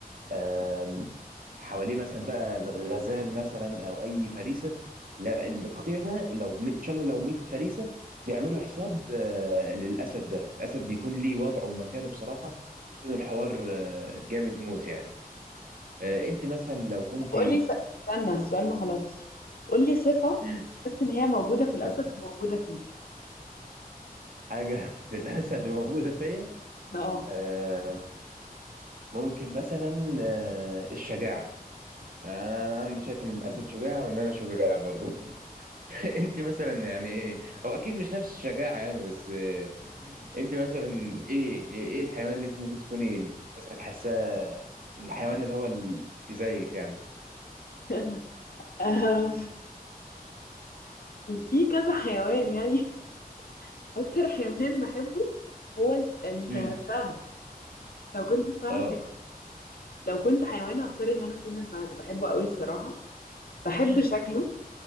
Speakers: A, on the right; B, on the left.
A: آم، حواليه مثلا بقى الغزال مثلا او اي فريسه لا القطيع ده لو م- ان شاء الله لو 100 فريسه بيعملوا حساب آه، للاسد ده الاسد بيكون ليه وضعه ومكانه بصراحه بيكون الحوار آه، جامد موت يعني آه، انت مثلا لو كنت
B: طب قولي س- استنى السؤال ما خلصش قولي صفة
A: امم
B: تحس ان هي موجودة في الأسد
A: آه،
B: وموجودة فيك
A: حاجة <laughs> في الأسد موجودة فيا
B: اه
A: آه، ممكن مثلا آه، الشجاعة أنا أنا شايف إن الأسد شجاع وإن أنا شجاع برضو <laughs> أنت مثلا يعني إيه هو أكيد مش نفس الشجاعة يعني بس آه، أنت مثلا إيه إيه إيه الحيوان اللي أنت ممكن تكوني مثلا حاساه الحيوان اللي هو ال- زيك يعني
B: <laughs> آم، في كذا حيوان يعني <laughs> أكتر حيوان بحبه هو ال- الفهد
A: امم
B: لو كنت فهد
A: أه
B: لو كنت حيوان هختار ان انا اكون الفهد بحبه قوي الصراحة بحب
A: امم
B: شكله